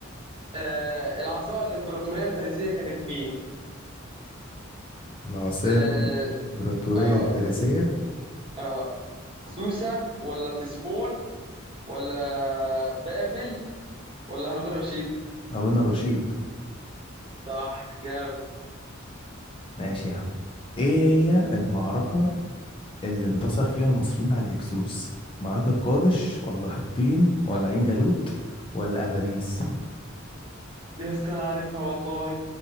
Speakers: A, on the right; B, on the left.
A: آه العاصمة الإمبراطورية الفارسية كانت مين؟
B: العاصمة
A: آه
B: الإمبراطورية
A: آه,
B: الفارسية
A: آه سوسة ولا تسفون ولا بابل ولا هارون الرشيد؟
B: هارون الرشيد
A: صح جامد
B: ماشي يا عم ايه هي المعركة اللي انتصر فيها المصريين على الهكسوس معركة قادش ولا حطين ولا عين جالوت ولا افاريس
A: يا اسطى أنا عارفها والله